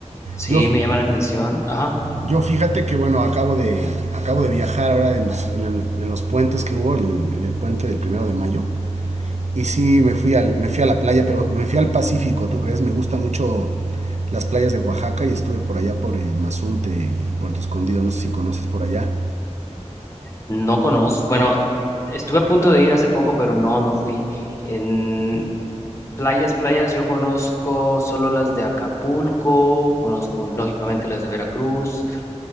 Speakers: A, on the left; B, on the right.
A: Sí,
B: Yo,
A: me llama la atención. Ajá.
B: yo fíjate que bueno, acabo de, acabo de viajar ahora en los, en, en los puentes que hubo, el, en el puente del primero de mayo. Y sí, me fui, al, me fui a la playa, pero me fui al Pacífico, ¿tú crees? Me gustan mucho las playas de Oaxaca y estuve por allá por eh, Mazunte y Puerto Escondido, no sé si conoces por allá.
A: No conozco, bueno, estuve a punto de ir hace poco, pero no, no fui. En playas, playas, yo conozco solo las de Acapulco, conozco lógicamente las de Veracruz,